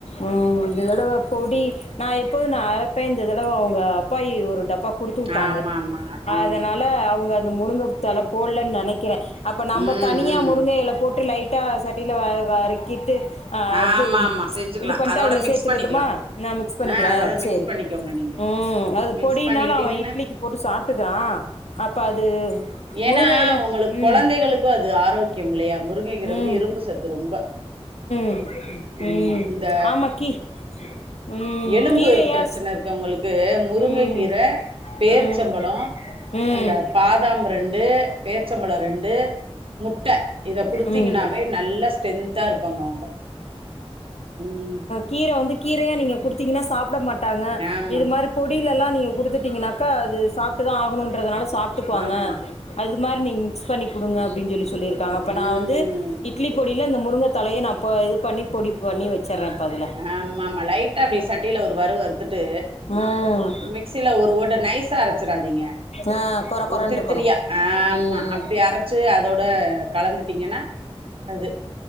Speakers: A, on the left; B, on the right.
A: ம் இந்த தடவ பொடி நா எப்போது நா அரப்பே இந்த தடவ அங்க அப்பாயி ஒரு டப்பா குடுத்து விட்டாங்க
B: ஆமா ஆமா ஆமா
A: அதனால அவங்க முருங்க தல போல்லனு நெனைக்கிறே அப்ப நம்ம
B: ம்
A: தனியா
B: ம்
A: முருங்க எல போட்டு லைட் ட்டா சட்டியில வ வரைக்கிட்டு ஆ
B: ஆமா
A: அது
B: ஆமா செஞ்சுக்கலா
A: இது பண்ணிட்டு
B: அதோட
A: அதுல
B: மிக்ஸ்
A: சேத்துக்கட்டுமா
B: பண்ணிக்கலா
A: நா மிக்ஸ் பண்ணிக்கிறே
B: ஆ அதோட மிக்ஸ்
A: சரி
B: பண்ணிக்கோங்க நீங்க
A: ம் அது
B: மிக்ஸ்
A: பொடினாலு
B: பண்ணிக்கிட்டீங்கன்னா
A: அவ இட்லிக்கு போட்டு சாப்ட்டுக்கிறா அப்போ அது
B: ஏன்னா
A: முருங்கை இலை
B: உங்களுக்கு குழந்தைகளுக்கு
A: ம்
B: அது ஆரோக்கியம் இல்லையா முருங்கைகிற
A: ம்
B: வந்து இரும்பு சத்து ரொம்ப
A: <inaudible>
B: ஆமா இந்த
A: ஆமா கீ ம்
B: எலும்பு
A: கீரையா
B: பிரச்சன இருக்கவங்களுக் இது முருங்க
A: ம் ம்
B: கீர பேர்ச்சம்பளோ
A: ம் ம்
B: இந்த பாத் தாம் ரெண்டு பேரிச்ச பழ ரெண்டு முட்ட இத குடுத் குடுத்திங்னாவே
A: ம்
B: நல்லா ஸ்ட்ரென்தா இருப்பாங்க அவ்ங்க ம்
A: கீர வந்து கீரையா நீங்க குடுத்தீங்கனா சாப்ட மாட்டாங்க
B: ஆமா
A: இது மாரி பொடியில எல்லா நீங்க கொடுத்துட்டீங்கனாக்கா அது சாப்ட்டு தா ஆகணுன்றதுனால சாப்ட்டுக்குவாங்க
B: ஆமா
A: அது மாரி நீங் மிக்ஸ் பண்ணி குடுங்க அப்டின் சொல்லி சொல்லிருக்காங்கப்ப
B: ம்
A: நா வந்து து இட்லி பொடியில இந்த முருங்க தலைய நா ப இது பண்ணி பொடி பண்ணி வச் ச்சறே பதில
B: ஆமா ஆமா லைட்டா அப்டி சட்டில ஒரு வறுவ வறுத்துட்டு
A: ம்
B: மிக்சில ஒரு ஓட நைசா அரச்சிராதீங்க
A: ஆ கொர கொரன்னு
B: த்திருத்திரியா
A: இருக்கணும்
B: ஆமா
A: ம்
B: அப்டி அரச்சு அதோட கலந்துட்டீங்கனா அது